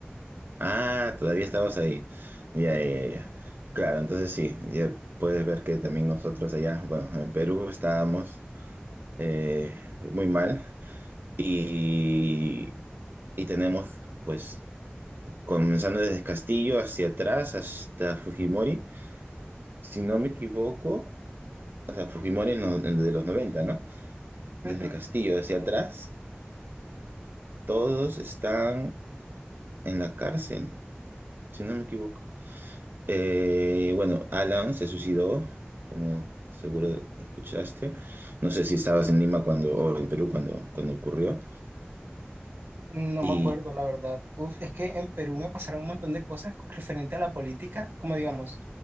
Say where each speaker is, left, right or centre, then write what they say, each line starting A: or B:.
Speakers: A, on the right (about 60°); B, on the right (about 80°).
A: Ah, todavía estabas ahí. Ya,
B: Sí.
A: ya, ya. Claro, entonces sí, ya puedes ver que también nosotros allá, bueno, en Perú estábamos eh, muy mal y, y tenemos, pues, comenzando desde Castillo hacia atrás hasta Fujimori. si no me equivoco, o sea, Fujimori en lo- en lo de los 90, ¿no? Desde
B: Ujú.
A: Castillo hacia atrás, todos están en la cárcel, si no me equivoco. Eh, bueno, Alan se suicidó, como seguro escuchaste. No sé si estabas en Lima cuando, o en Perú cuando, cuando ocurrió.
B: No
A: Y.
B: me acuerdo, la verdad. Uf, es que en Perú me pasaron un montón de cosas referente a la política, como digamos,